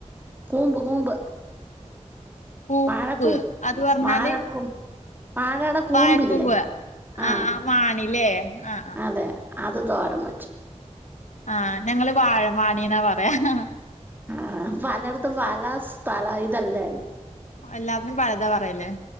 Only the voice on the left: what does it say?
കൂമ്പ്
അത് പറഞ്ഞാല്
വാഴക്കൂമ്പ്
ആഹ് ആഹ് മാണില്ലേ ആ.
ആ ഞങ്ങള് വാഴമാണീന്നാ പറയാ അ്ഹ്
എല്ലാത്തിലും പഴയതാ പറയല്